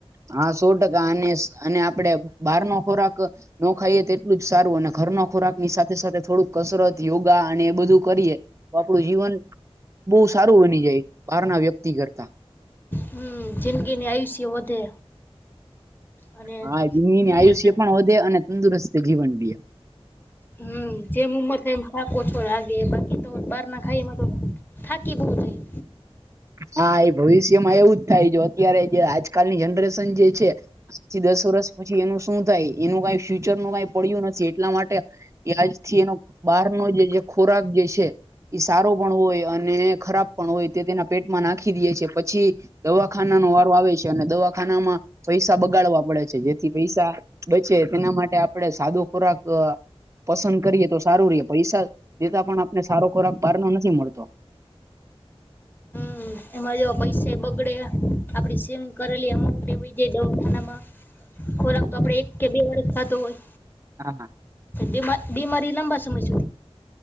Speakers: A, on the right (about 30°); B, on the left (about 20°).
A: હા સો ટકા અને અને આપડે બહાર નો ખોરાક નો ખાઈએ તો એટલું જ સારું અને ઘરનો ખોરાક ની સાથે સાથે થોડુંક કસરત યોગા અને એ બધું કરીએ તો આપડુ જીવન બહુ સારું બની જાય બહાર ના વ્યક્તિ કરતા
B: હમ્મ જિંદગીની આયુષ્ય વધે અને
A: હા જિંદગીને
B: જેમ ઉંમર
A: આયુષ્ય
B: થાય
A: પણ વધે અને તંદુરસ્ત જીવન રેય
B: હમ્મ જેમ ઉમર થાય એમ થાકો ઓછો લાગે બાકી તો બાર ના ખાઈ એમાં તો થાકી બહુ જાય
A: હા એ ભવિષ્યમાં એવું જ થાય જો અત્યારે જે આજકાલની જનરેશન જે છે પછી દસ વર્ષ પછી એનું શું થાય એનું કઈ ફ્યુચર નું કઈ પડ્યું નથી એટલા માટે વ્યાજ થી એનો બહાર નો જે ખોરાક જે છે એ સારો પણ હોય અને ખરાબ પણ હોય તે તેના પેટમાં નાખી દે છે પછી દવાખાના નો વારો આવે છે અને દવાખાનામાં પૈસા બગાડવા પડે છે જેથી પૈસા બચે તેના માટે આપણે સાદો ખોરાક અ પસંદ કરીએ તો સારું રહી પૈસા દેતા પણ આપને સારો ખોરાક બાર નો નથી મળતો
B: હમ્મ એમાં જે પૈસા બગડે આપડી સેવિંગ કરેલી અમાઉન્ટ એવી જઈ દવાખાનામાં ખોરાક કપડે એક કે બે વરષ ખાધું હોય
A: હ હ
B: બીમારી બિમારી લાંબા સમય છે